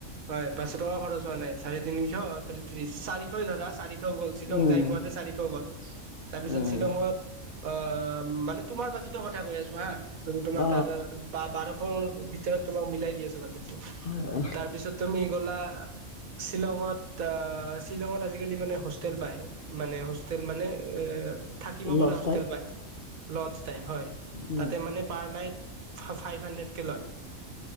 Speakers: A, on the right (about 80°); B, on the left (about 50°).
A: হয়, পাঁচশ টকা খৰচ হোৱা নাই চাৰে তিনিশ এইফালে ত্ৰিশ চাৰিশ ধৰা চাৰি ত' গ'ল শ্বিলং
B: উম,
A: যাই পোৱাতে চাৰিশ গ'ল, তাৰপিছত
B: উম।
A: শ্বিলঙত অ' মানে তোমাৰ বাজেটৰ কথা কৈ আছো হা তোমাৰ
B: অ',
A: তাত বাৰশ ত' তোমাক মিলাই দি আছো বাজেতটো।
B: হয় হয়।
A: তাৰপিছত তুমি গ'লা শ্বিলঙত আ শ্বিলঙত আজিকালি মানে হোষ্টেল পায় মানে হোষ্টেল মানে এ থাকিব
B: লষ্ট
A: পাৰা হোষ্টেল
B: টাইপ
A: পাই। লৰ্ড ষ্টে হয়,
B: উম,
A: তাতে মানে পাৰ নাইট ফাই হান্ড্ৰেড কে লয়,